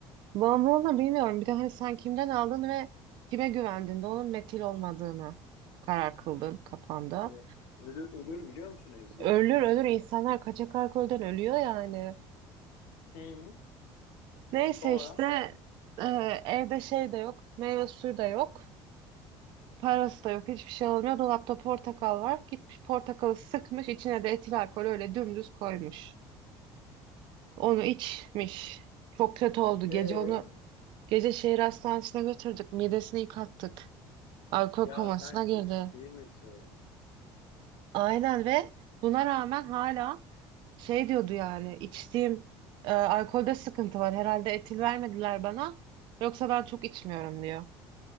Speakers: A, on the right; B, on the left.
A: Bağımlılığını bilmiyorum. Bir de hani sen kimden aldın ve kime güvendin de onun metil olmadığını karar kıldın kafanda.
B: Of, ölü, ölür biliyor musun Ezgi?
A: Ölür ölür insanlar kaçak alkolden ölüyor yani.
B: Hı hı.
A: Neyse
B: Sonra?
A: işte e, evde şey de yok. Meyve suyu da yok. Parası da yok. Hiçbir şey olmuyor. Dolapta portakal var. Gitmiş portakalı sıkmış. içine de etil alkol öyle dümdüz koymuş. Onu içmiş. Çok kötü oldu. Gece
B: Ee?
A: onu gece şehir hastanesine götürdük. Midesini yıkattık. Alkol
B: Ya
A: komasına
B: sen
A: girdi.
B: ciddi misin?
A: Aynen ve buna rağmen hala Şey diyordu yani içtiğim e, alkolde sıkıntı var. Herhalde etil vermediler bana. Yoksa ben çok içmiyorum diyor.